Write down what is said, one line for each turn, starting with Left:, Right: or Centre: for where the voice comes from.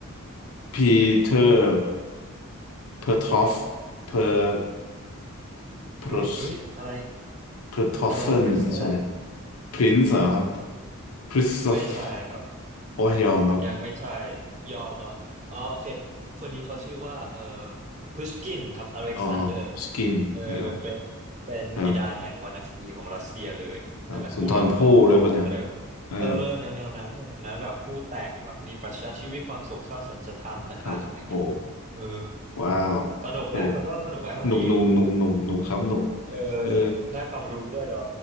Left: ปีเตอร์เพอร์ทอฟเพอร์เพอร์
Right: เอ้ยเอ้ยอะไร
Left: เพอร์ทอฟเฟนไม่ใช่
Right: อะไรพริน์อะไร
Left: พรินซ์เหรอครับ คริสโตฟ
Right: ไม่ใช่ครับ
Left: โอ้ยยอมครับ
Right: ยังไม่ใช่ยอมเนาะอ๋อโอเคคนนี้เขาชื่อว่าเอ่อพุชกินครับอเล็กซานเดอร์
Left: อ๋อสกินยอม
Right: เออเป็นเป็นบิดาแห่งวรรณคดีของรัสเซียเลยนั่นแหละผู้หล่อหลอมหลอมเขาเรียก
Left: ครับครับสุนทรภู่เลยป่ะเนะเออ
Right: เออแนวแนวนั้นแนวแนวนั้นแบบผู้แต่งแบบมีปรัชญาชีวิตความโศกเศร้าสัจธรรมต่างๆอะไรเงี้ย
Left: <laughs> ครับโอ้โห
Right: เออ
Left: ว้าว
Right: สนุกไหมคุณต้นสนุกไหมวันนี้
Left: เออหนุกหนุกหนุกหนุกหนุกครับหนุก
Right: เออเออ
Left: เออ
Right: ได้ความรู้ด้วยเหรอ